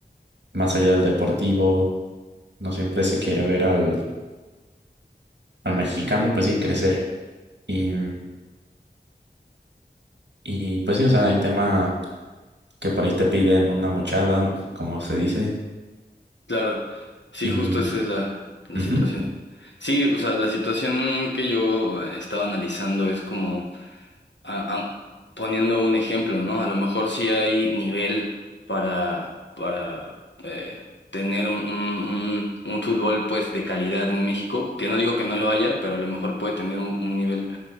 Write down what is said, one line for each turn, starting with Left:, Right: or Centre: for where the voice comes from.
Right: más allá del deportivo, no siempre se quiere ver al, al mexicano, pues sí, crecer. Y, y pues sí, o sea, hay tema que por ahí te piden una mochada, como se dice,
Left: claro. Sí,
Right: y
Left: justo esa es la, la
Right: ujú,
Left: situación. Sí, o sea, la situación que yo eh, estaba analizando es como... a- a- poniendo un ejemplo, ¿no? A lo mejor sí hay nivel para, para eh, tener un, un, un- un fútbol pues de calidad en México, que no digo que no lo haya, pero a lo mejor puede tener un, un nivel